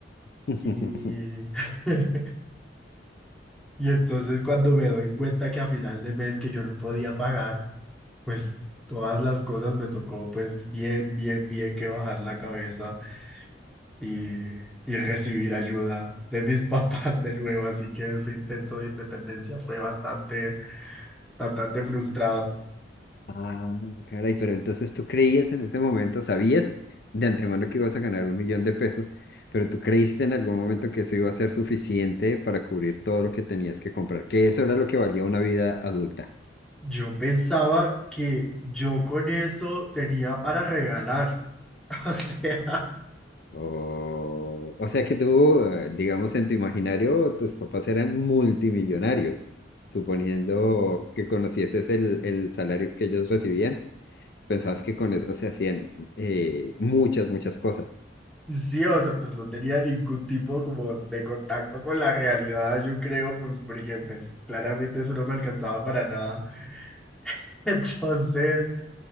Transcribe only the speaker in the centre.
Y, <laughs> y entonces cuando me doy cuenta que a final de mes que yo no podía pagar pues todas las cosas me tocó pues bien, bien, bien que bajar la cabeza y, y recibir ayuda de mis <laughs> papás de nuevo, así que ese intento de independencia fue bastante, bastante frustrado.
Yo pensaba que yo con eso tenía para regalar. <laughs> O sea,
sí, o sea, pues no tenía ningún tipo como de contacto con la realidad, yo creo, pues porque pues claramente eso no me alcanzaba para nada. <laughs> Entonces,